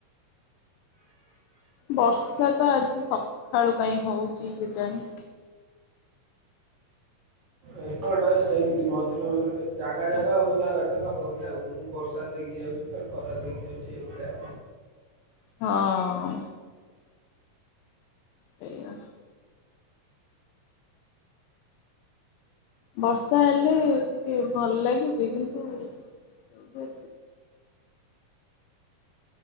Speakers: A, on the left; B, on the right.
A: ବର୍ଷା ତ ଆଜି ସଖାଳୁ କାଇଁ ହଉଚି କେଜାଣି?
B: ଏପଟେ ସେମିତି ମଝିରେ ମଝିରେ ଜାଗା ଜାଗା ହଉଚି ଜାଗା ଜାଗା ହଉନି ଆଉ ମୁଁ ବର୍ଷା ଦେଇକି ଯାଉଚି, ଫେର୍ ଖରା ଦେଇକି ଯାଉଚି ଏଇଭଳିଆ।
A: ହଁ। ସେଇଆ। ବର୍ଷା ହେଲେ ଟିକେ ଭଲ ଲାଗେ ଯେ କିନ୍ତୁ ଏ